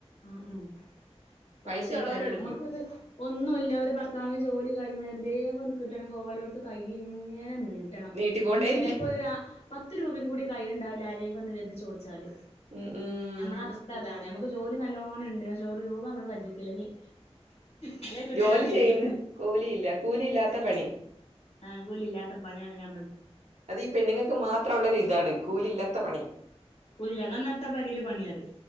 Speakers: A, on the left; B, on the right.
A: ഉം ഉം കാശേക്കാരം
B: പൈസ ഉള്ളവരോടായിരിക്കും
A: ഞമ്മക്കിത് ഒന്നുല്ല ഒരു ഭർത്താവി ജോലി കഴിഞ്ഞ് എന്തേലേ ഒന്ന് കിട്ടണം <unintelligible> കഴി ഇങ്ങനെ മീട്ടണം
B: നീട്ടിക്കൊണ്ടേയിരിക്കും
A: ഒന്ന് ചെലപ്പോഴ പത്ത് രൂപയും കൂടി കയ്യിയിലിണ്ടാവില്ല ആരെയങ്കിലും ഒന്ന് വന്ന് ചോദിച്ചാല്
B: ഉം ഉം
A: നമ്മളെ അവസ്ഥ അതാണ് നമ്മ ജോലി നല്ലോണം ണ്ട് പക്ഷേ ഒരു രൂപ നമ്മടെ ക്ജിക്കില്ലെങ്കിൽ മലെ കിട്ടലോ
B: ജോലി
A: അടിഞ്ഞ
B: ചെയ്യുന്ന്
A: കിട്ട
B: കൂലിയില്ല കൂലി ഇല്ലാത്ത പണി
A: ആഹ ആഹ് ഗൂളില്ലാത്ത പണിയാണ് ഞ
B: അത് ഈ പെണ്ണുങ്ങൾക്ക് മാത്രം ഉള്ളരു ഇതാണ് കൂലി ഇല്ലാത്ത പണി
A: ല്ല എന്നാത്തെ പരിയിൽ പണിയാറി